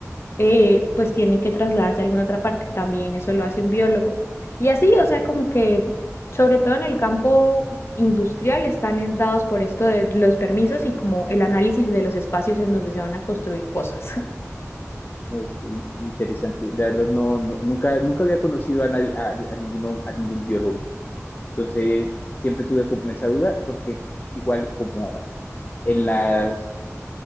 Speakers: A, on the left; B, on the left.
A: eh, pues tienen que trasladarse a alguna otra parte. También eso lo hace un biólogo. Y así, o sea, como que sobre todo en el campo industrial están es dados por esto de los permisos y como el análisis de los espacios en donde se van a construir cosas. <laughs>
B: ok, interesante. La verdad, no, no- nunca, nunca había conocido a nadie, a, a ninguno, a ningún biólogo. Entonces, siempre tuve como esa duda, porque igual como en las